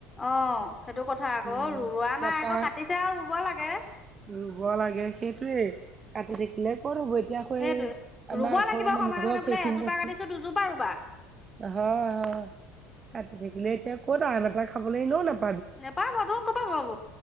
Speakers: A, on the left; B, on the right.
A: অ সেইটো কথা আকৌ
B: উম।
A: ৰুোৱা
B: তাপা
A: নাই আকৌ কাটিছে আৰু ৰুব লাগে
B: ৰুব লাগে সেইটোৱে কাটি থাকিলে কৰব এতিয়াাক
A: সেইটোৱে
B: আমাক
A: ৰুব লাগিব
B: অলপমান
A: সমানে
B: নঘৰক
A: সমানে বোলে
B: সেইখিনি
A: এজোপা
B: আছে
A: কাটিছো দুজোপা ৰুবা
B: হয় হয় কাটি থাকিলে এতিয়া ক'ত আন এটা খাবলৈ ন নাপা
A: নোপাব ত ক'ৰ পৰা পাব